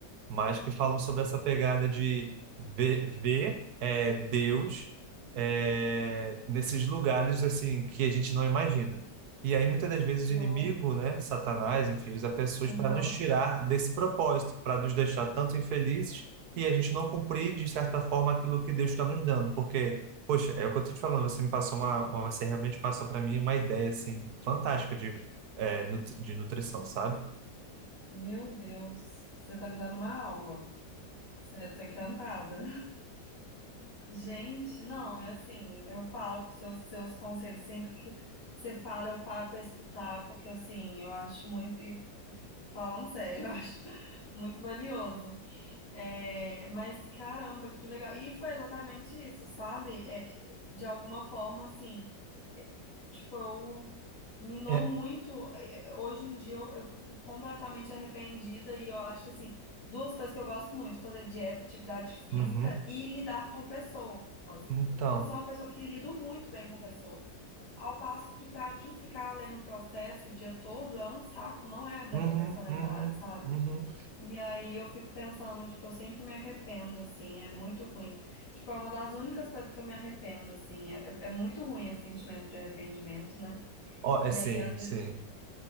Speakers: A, on the right (about 70°); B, on the left (about 70°).
A: mas que falam sobre essa pegada de ver, ver é, Deus é, nesses lugares assim que a gente não imagina. E aí muitas das vezes
B: no,
A: o inimigo, né, Satanás, enfim, usa pessoas
B: aham.
A: para nos tirar desse propósito, para nos deixar tanto infelizes e a gente não cumprir de certa forma aquilo que Deus está nos dando, porque poxa, é o que eu estou te falando, você me passou uma, uma- você realmente passou para mim uma ideia assim fantástica de é, nut- de nutrição, sabe?
B: Meu Deus, você tá me dando uma aula. certo, encantada. Gente, não, é assim, eu falo que seus, seus conselhos, sempre que você fala, eu paro para escutar, porque assim, eu acho muito, e falando sério, <laughs> eu acho muito valioso. É, mas caramba, que legal. E foi exatamente isso, sabe? É, de alguma forma, assim, é, tipo, eu minou
A: É.
B: muito. É, Hoje em dia eu, eu fico completamente arrependida e eu acho que, assim, duas coisas que eu gosto muito, fazer dieta, atividade física
A: Uhum.
B: e lidar com pessoas.
A: Então,
B: Eu sou uma pessoa que lido muito bem com pessoas. Ao passo que, pra mim, ficar lendo o processo o dia todo é um saco, não é da
A: uhum,
B: minha personalidade,
A: uhum,
B: sabe?
A: uhum.
B: E aí eu fico pensando, tipo, eu sempre me arrependo, assim, é muito ruim. Tipo, é uma das únicas coisas que eu me arrependo, assim, é, é é muito ruim esse sentimento de arrependimento, né?
A: Ó,
B: E
A: é sim,
B: aí, às vezes,
A: sim.